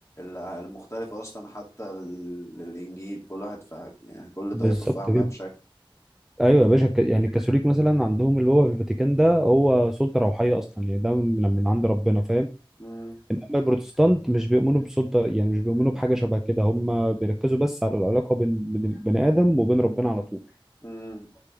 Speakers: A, on the left; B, in the centre.
A: المختلفة أصلا حتى ال- الإنجيل كل واحد فاهم يعني كل
B: بالظبط
A: طائفة فاهمها
B: كده
A: بشكل
B: ايوه يا باشا الك- يعني الكاثوليك مثلا عندهم اللي هو في الفاتيكان ده هو سلطه روحيه اصلا يعني ده من, من عند ربنا فاهم
A: مم.
B: انما البروتستانت مش بيؤمنوا بسلطه يعني مش بيؤمنوا بحاجه شبه كده هم بيركزوا بس على العلاقه بين بين البني ادم وبين ربنا على طول
A: مم.